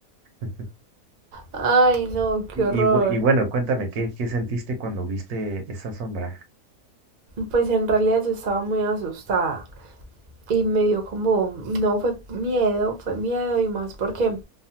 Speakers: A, on the right; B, on the right.
A: <laughs>
B: Ay, no, qué
A: Y,
B: horror.
A: y bu- y bueno, cuéntame, ¿qué, qué sentiste cuando viste esa sombra?
B: Pues en realidad yo estaba muy asustada y me dio como, no fue miedo, fue miedo y más porque